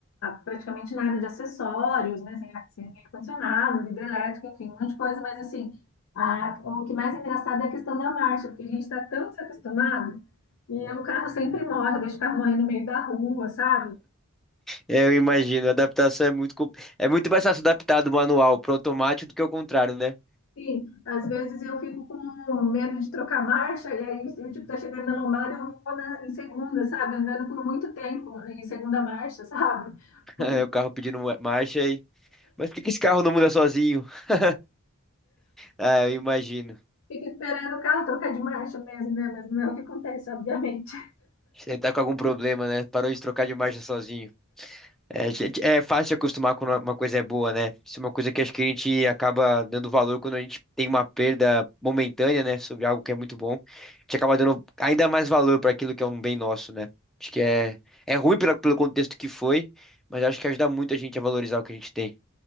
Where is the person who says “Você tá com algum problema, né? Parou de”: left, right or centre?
Centre